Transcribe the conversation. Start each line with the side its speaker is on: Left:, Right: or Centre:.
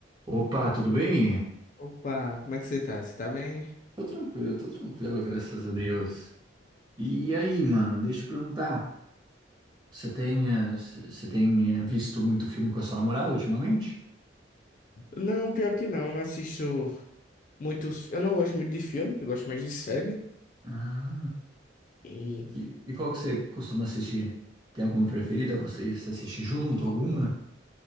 Right: Opa, tudo bem?
Left: Opa, como é que você tá? Você tá bem?
Right: Tô tranquilo, tô tranquilo, graças a Deus. E aí, mano, deixa eu te perguntar. Você tem, eh, c- você tem eh, visto muito filme com a sua namorada ultimamente?
Left: Não, pior que não, não assisto muitos. Eu não gosto muito de filme, eu gosto mais de série.
Right: Ah,
Left: E
Right: e, e qual que você costuma assistir? Tem alguma preferida? Vocês assistem junto, alguma?